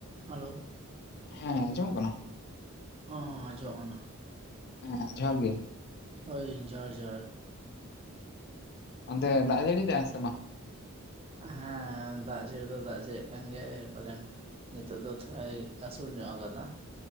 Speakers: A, on the right; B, on the left.
A: Hello
B: ᱦᱮᱸ ᱟᱸᱡᱚᱢᱚᱜ ᱠᱟᱱᱟ?
A: ᱦᱚᱸ ᱦᱚᱸ ᱟᱸᱡᱚᱢᱚᱜ-ᱠᱟᱱᱟ
B: ᱦᱮᱸ ᱡᱚᱦᱟᱨ ᱜᱮ
A: ᱦᱳᱭ ᱡᱚᱦᱟᱨ ᱡᱚᱦᱟᱨ
B: ᱚᱱᱛᱮ ᱫᱟᱜ ᱡᱟᱲᱤ ᱮᱫᱟᱭ ᱥᱮ ᱵᱟᱝ?
A: ᱦᱮᱸ ᱫᱟᱜ ᱡᱟᱹᱲᱤ ᱫᱚ ᱫᱟᱜ ᱡᱟᱹᱲᱤᱮᱜ ᱠᱟᱱ ᱜᱮᱭᱟᱭ ᱯᱟᱞᱮᱱ ᱱᱤᱛᱚᱜ ᱫᱚ ᱛᱷᱚᱲᱟᱭ ᱟᱹᱥᱩᱲ ᱧᱚᱜ ᱟᱠᱟᱫᱟ ᱾